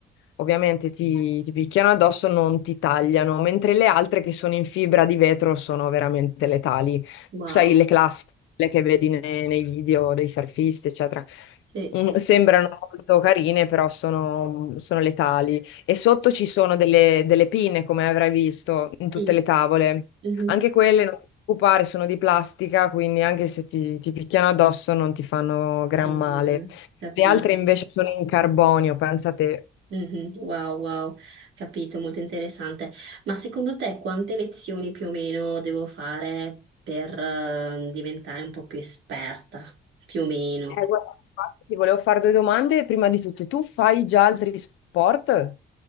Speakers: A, on the left (about 80°); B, on the right (about 70°).
A: ovviamente ti, ti picchiano addosso non ti tagliano, mentre le altre che sono in fibra di vetro sono veramente letali.
B: Wow,
A: Sai, le classiche quelle che vedi ne- nei, video dei surfisti, eccetera.
B: sì, sì,
A: Mm, Sembrano
B: sì.
A: molto carine, però sono, sono letali. E sotto ci sono delle, delle pinne, come avrai visto, in tutte
B: Sì.
A: le tavole.
B: mhm.
A: Anche quelle, non ti preoccupare, sono di plastica, quindi anche se ti, ti picchiano addosso non ti fanno gran
B: Allora,
A: male.
B: capito.
A: Le altre invece sono in carbonio, pensa te.
B: Mhm, Wow, wow, capito, molto interessante. Ma secondo te quante lezioni più o meno devo fare per eh, diventare un po' più esperta? Più o meno.
A: Eh, guarda, infatti, ti volevo fare due domande. Prima di tutto, tu fai già altri sport?